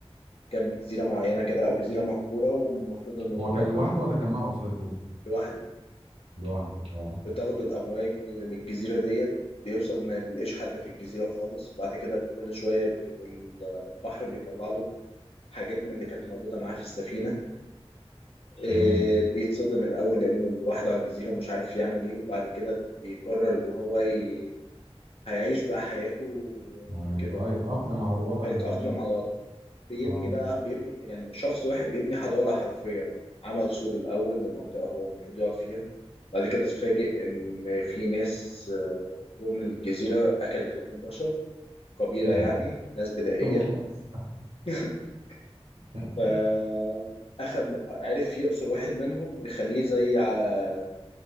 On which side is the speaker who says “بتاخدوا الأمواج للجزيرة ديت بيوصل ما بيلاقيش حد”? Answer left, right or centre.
Left